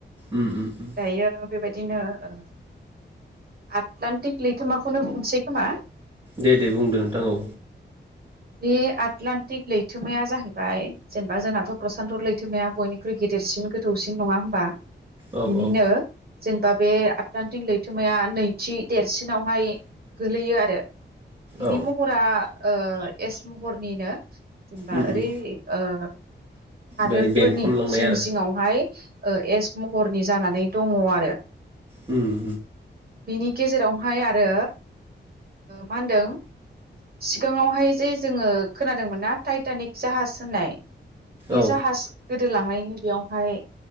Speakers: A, on the right; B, on the right.
A: उम उम उम
B: दायो बेबायदिनो ओ। आटदान्टिक लैथोमाखौनो बुसै खोमा।
A: दे दे बुंदो नोंथां औ।
B: बे आटलान्टिक लैथोमाया जाहैबाय जेनेबा जोंनाथ' प्रसान्त लैथोमाया बयनिख्रुइ गेदेरसिन गोथौसिन नङा होनबा।
A: औ
B: बिनिनो
A: औ
B: जेनेबा। बे आटलान्टिक लैथोमाया नै- थि देरसिनावहाय गोलैयो आरो बिनि
A: औ
B: महरा एस महरनिनो जेनेबा
A: उम
B: ओरै
A: उम
B: ओ। हादोरफोरनि
A: बेनि बेंखनलांनाय
B: जिं
A: आरो
B: जिङावहाय। ओ एस महरनि जानानै दङ आरो।
A: उम।
B: बिनि गेजेरावहाय आरो मा होनदों सिगाङावहाय जे जोङो खोनादोंमोन ना टाइटानिक जाहाज होननाय। बे
A: औ
B: जाहाज गो दो लांनायनि बेयावहाय